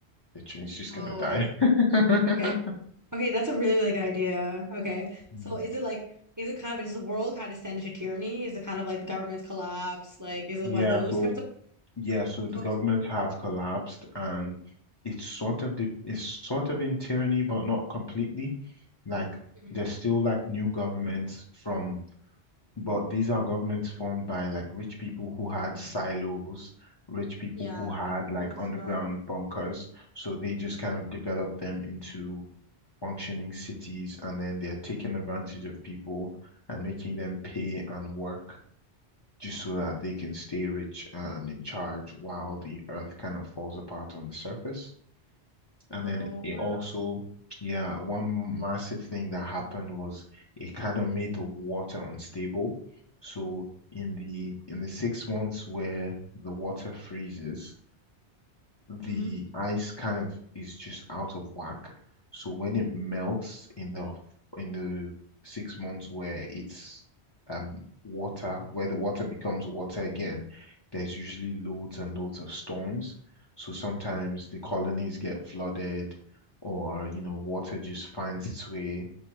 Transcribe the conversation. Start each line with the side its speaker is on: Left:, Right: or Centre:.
Left: Literally, he's just
Right: Oh,
Left: gonna die. <laughs>
Right: okay, okay. That's a really really good idea. Okay,
Left: Mm.
Right: so is it like is it kind of Does the world kind of descend into tyranny? Is it kind of like the government's collapse? Like is it
Left: Yeah,
Right: one of those
Left: so
Right: types of
Left: yeah, so the
Right: folks?
Left: governments have collapsed and it's sort of the it's sort of in tyranny, but not completely. Like
Right: hmm
Left: there's still like new governments from But these are governments formed by like rich people who had silos, rich people
Right: Yeah,
Left: who had
Right: we're
Left: like
Right: able to
Left: underground
Right: survive.
Left: bunkers. So they just
Right: Mm.
Left: kind of develop them into functioning cities and then they're taking advantage of people and making them pay and work just so that they can stay rich and in charge while the earth kind of falls apart on the surface. And
Right: Oh
Left: then it
Right: wow.
Left: also, yeah, one massive thing that happened was it kind of made the water unstable. So in the in the six months where the water freezes,
Right: Mm-hmm.
Left: the ice kind of is just out of whack. So when it melts in the in the six months where it's um water, where the water becomes water again, there's usually loads and loads of storms. So sometimes the colonies get flooded or you know water just finds its way